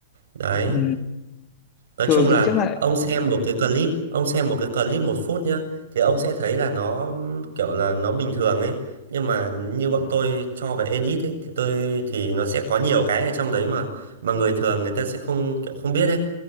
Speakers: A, on the right (about 80°); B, on the left (about 30°).
A: Đấy,
B: ừ.
A: nói
B: thường
A: chung là
B: thì chắc là
A: ông xem một cái clip, ông xem một cái clip một phút nhá, thì ông sẽ thấy là nó kiểu là nó bình thường ấy, nhưng mà như bọn tôi cho về edit ấy thì tôi thì nó sẽ có nhiều cái ở trong đấy mà mà người thường người ta sẽ không kiểu không biết ấy